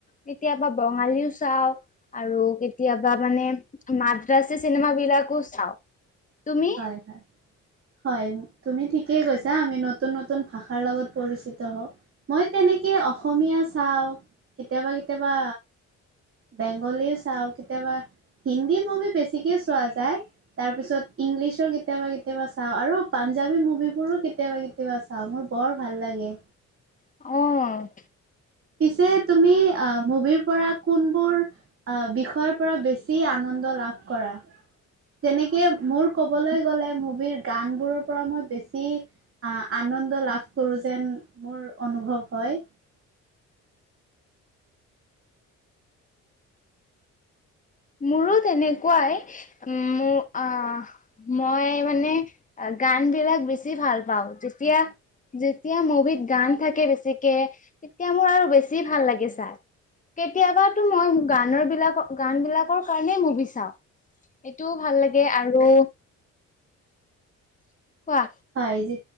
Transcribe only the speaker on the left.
কেতিয়াবা বঙালীও চাওঁ। আৰু কেতিয়াবা মানে মাদ্ৰাছী চিনেমা বিলাকো চাওঁ, তুমি?
অ'
মোৰো তেনেকুৱাই মোৰ অ' মই মানে গান বিলাক বেছি ভাল পাওঁ যেতিয়া যেতিয়া মুভিত গান থাকে বেছিকে, তেতিয়া মোৰ আৰু বেছি ভাল লাগে চাই। কেতিয়াবাতো মই গানৰ বিলাক, গান বিলাক ৰ কাৰণে মুভি চাওঁ, এইটো ভাল লাগে আৰু কোৱা?